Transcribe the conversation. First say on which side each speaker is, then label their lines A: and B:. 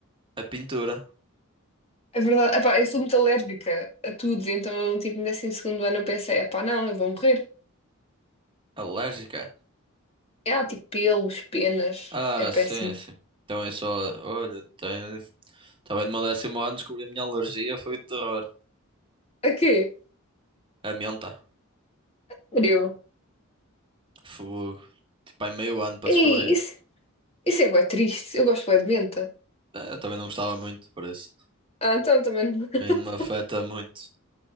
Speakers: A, on the right; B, on the left.
A: a pintura.
B: É verdade, epá, eu sou muito alérgica a tudo, então, tipo, no 12 segundo ano eu pensei, epá, não, eu vou morrer.
A: Alérgica.
B: É, ah, tipo, pelos, penas,
A: Ah,
B: é péssimo.
A: sim, sim. Então é só. Olha, tem... também no meu décimo ano descobri a minha alergia, foi o terror.
B: A quê?
A: A menta.
B: Frio.
A: Fogo. Tipo, há meio ano para
B: Ei,
A: descobrir.
B: isso, isso é bué triste. Eu gosto bué de menta.
A: Eh, Eu também não gostava muito, por isso.
B: Ah, então também. não- <laughs>
A: A mim não me afeta muito.